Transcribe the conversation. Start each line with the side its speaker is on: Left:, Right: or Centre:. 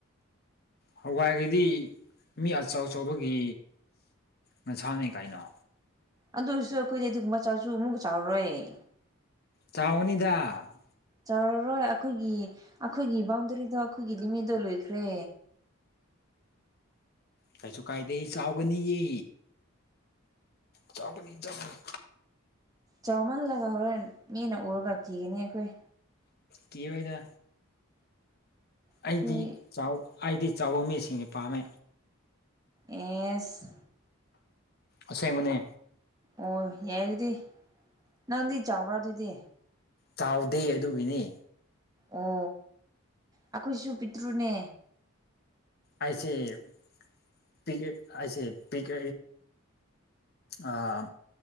Left: ꯍꯋꯥꯏꯒꯗꯤ ꯃꯤ ꯑꯆꯧ ꯑꯆꯧꯕꯒꯤ ꯍꯦꯟꯁꯥꯡꯅꯦ ꯀꯩꯅꯣ
Right: ꯑꯗꯨ ꯑꯣꯏꯔꯁꯨ ꯑꯈꯣꯏꯗꯤ ꯑꯗꯨꯒꯨꯝꯕ ꯆꯥꯔꯁꯨ ꯑꯃꯨꯛꯀ ꯆꯥꯎꯔꯔꯣꯏꯌꯦ
Left: ꯆꯥꯎꯒꯅꯤꯗ
Right: ꯆꯥꯎꯔꯔꯣꯏ ꯑꯈꯣꯏꯒꯤ ꯑꯈꯣꯏꯒꯤ ꯕꯥꯎꯟꯗꯔꯤꯗꯣ ꯑꯈꯣꯏꯒꯤ ꯂꯤꯃꯤꯠꯗꯣ ꯂꯣꯏꯈ꯭ꯔꯦ
Left: ꯀꯩꯁꯨ ꯀꯥꯏꯗꯦ ꯆꯥꯎꯒꯅꯤꯌꯦ ꯆꯥꯎꯒꯅꯤ ꯆꯒꯅꯤ
Right: ꯆꯥꯎꯃꯜꯂꯒ ꯍꯣꯔꯦꯟ ꯃꯤꯅ ꯎꯔꯒ ꯀꯤꯒꯅꯤ ꯑꯩꯈꯣꯏ
Left: ꯀꯤꯔꯣꯏꯗ
Right: ꯑꯩꯈꯣꯏ
Left: ꯑꯩꯗꯤ ꯆꯥꯎ ꯑꯩꯗꯤ ꯆꯥꯎꯕ ꯃꯤꯁꯤꯡꯒꯤ ꯄꯥꯝꯃꯦ
Right: ꯑꯦꯁ
Left: ꯑꯁꯦꯡꯕꯅꯦ
Right: ꯑꯣ ꯌꯥꯏ ꯑꯗꯨꯗꯤ ꯅꯪꯗꯤ ꯆꯥꯎꯕ꯭ꯔꯥ ꯑꯗꯨꯗꯤ
Left: ꯆꯥꯎꯗꯦ ꯑꯗꯨꯒꯤꯅꯤ
Right: ꯑꯣ ꯑꯩꯈꯣꯏꯁꯨ ꯄꯤꯛꯇ꯭ꯔꯨꯅꯦ
Left: ꯑꯩꯁꯦ <unintelligible> ꯑꯩꯁꯦ ꯄꯤ <unintelligible> ꯑꯥ